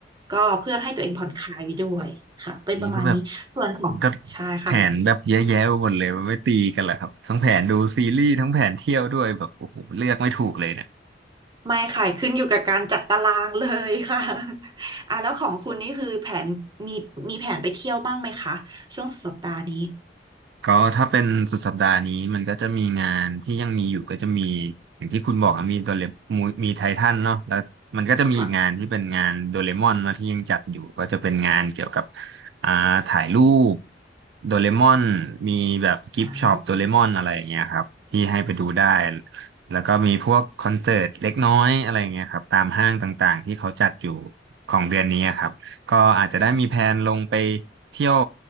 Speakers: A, on the right; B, on the right.
A: ก็เพื่อให้ตัวเองผ่อนคลายไปด้วยค่ะเป็นประมาณนี้ส่วนของใช่ค่ะ
B: นี้ก็แบบมันก็แผนแบบเยอะแยะไปหมดเลยมันไม่ตีกันเหรอครับทั้งแผนดูซีรีส์ทั้งแผนเที่ยวด้วยแบบโอ้โหเลือกไม่ถูกเลยเนี่ย
A: ไม่ค่ะขึ้นอยู่กับการจัดตารางเลยค่ะ <laughs> อ่ะแล้วของคุณนี่คือแผนมีมีแผนไปเที่ยวบ้างไหมคะช่วงสุดสัปดาห์นี้
B: ก็ถ้าเป็นสุดสัปดาห์นี้มันก็จะมีงานที่ยังมีอยู่ก็จะมีอย่างที่คุณบอกอะมีโดเรมมีไททันเนาะแล้วมันก็จะมีอีกงานที่เป็นงานโดเรมอนเนาะที่ยังจัดอยู่ก็จะเป็นงานเกี่ยวกับ
A: ค่ะ
B: อ่าถ่ายรูปโดเรมอนมีแบบกิฟต์ช็อปโดเรมอนอะไรอย่างเงี้ยครับที่ให้ไปดูได้
A: อ่าค่ะ
B: แล้วก็มีพวกคอนเสิร์ตเล็กน้อยอะไรอย่างเงี้ยครับตามห้างต่างๆที่เขาจัดอยู่ของเดือนนี้อะครับ ก็อาจจะได้มีแผนลงไปเที่ยว